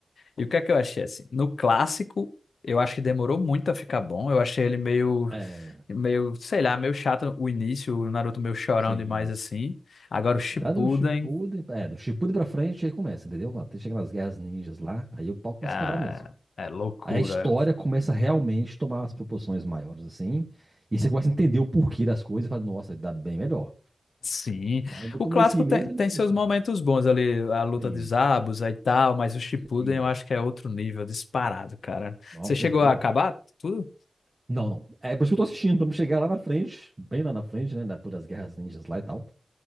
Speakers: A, on the left; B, on the right.
A: E o que é que eu achei assim? No clássico, eu acho que demorou muito a ficar bom. Eu achei ele meio,
B: É,
A: meio, sei lá, meio chato o início, o Naruto meio chorão
B: sim.
A: demais assim. Agora o Shippuden.
B: Dá do Shippuden, é, do Shippuden pra frente, aí começa, entendeu? Até chega nas guerras ninjas lá, aí o pau começa
A: Ah,
B: a quebrar mesmo.
A: é loucura.
B: Aí a história começa realmente a tomar umas proporções maiores, assim. E você começa a entender o porquê das coisas e fala, nossa, dá bem melhor.
A: Sim.
B: Mas no
A: O
B: comecinho
A: clássico tem,
B: mesmo é meio
A: tem seus
B: chatinho.
A: momentos bons ali, a luta
B: Sim,
A: de Zabuza e tal, mas o Shippuden
B: sim.
A: eu acho que é outro nível, disparado, cara.
B: Não,
A: Você
B: você
A: chegou
B: é doido.
A: a acabar tudo?
B: Não, não. É por isso que eu tô assistindo, pra me chegar lá na frente, bem lá na frente, né? Depois das guerras ninjas lá e tal.